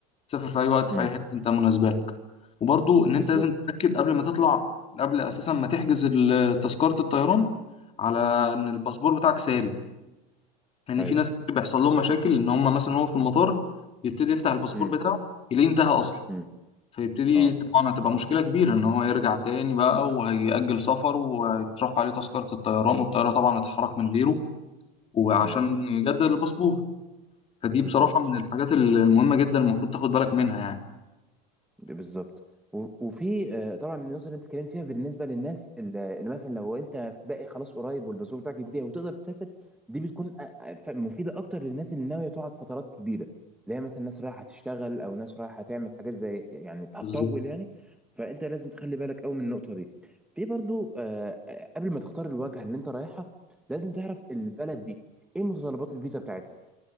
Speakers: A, on the left (about 30°); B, in the centre.
A: تسافر في اي وقت في
B: مم.
A: اي حته انت مناسبه لك وبرضو ان انت
B: بالظبط
A: لازم تتاكد قبل ما تطلع قبل اساسا ما تحجز ال- آه، تذكره الطيران على ان الباسبور بتاعك ساري لان
B: ايوه
A: في ناس كتير بيحصل لهم مشاكل ان هم مثلا هو في المطار يبتدي يفتح الباسبور
B: امم
A: بتاعه يلاقيه انتهى اصلا
B: امم
A: فيبتدي
B: اه
A: طبعا هتبقى مشكله كبيره ان هو يرجع تاني بقى وهيأجل سفره وهيترفع عليه تذكره الطيران والطياره طبعا هتتحرك من غيره وعشان
B: اه
A: يجدد الباسبور فدي
B: بالظبط
A: بصراحه من الحاجات المهمه جدا المفروض تاخد بالك منها يعني
B: بالظبط و- وفي آه، طبعا النقطه اللي انت اتكلمت فيها بالنسبه للناس اللي اللي مثلا لو انت باقي خلاص قريب والباسبور بتاعك انتهى وتقدر تسافر دي بتكون آه، آه، ف- مفيده اكتر للناس اللي ناويه تقعد فترات كبيره اللي هي مثلا ناس رايحه تشتغل او ناس رايحه تعمل حاجات زي يعني هتطول
A: بالظبط
B: يعني فانت لازم تخلي بالك قوي من النقطه دي في برضو آه، آه، قبل ما تختار الوجهه اللي انت رايحها لازم تعرف البلد دي ايه متطلبات الفيزا بتاعتها